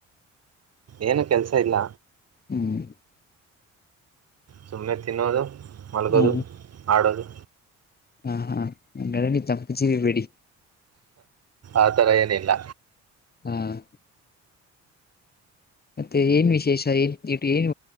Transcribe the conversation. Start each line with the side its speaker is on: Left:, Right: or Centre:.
Right: ಏನು ಕೆಲ್ಸ ಇಲ್ಲ.
Left: ಹ್ಮ್
Right: ಸುಮ್ಮನೆ ತಿನ್ನೋದು, ಮಲಗೋದು,
Left: ಹಾ
Right: ಆಡೋದು.
Left: ಹಾ, ಹಾ ಅಂಗಂಗ ತಚಿರಿ <unintelligible> ಬೇಡಿ
Right: ಆತರ ಏನಿಲ್ಲ.
Left: ಹಾ <inaudible> ಮತ್ತೆ ಏನ್ ವಿಶೇಷ ಏನ್ ಇ ಏನ್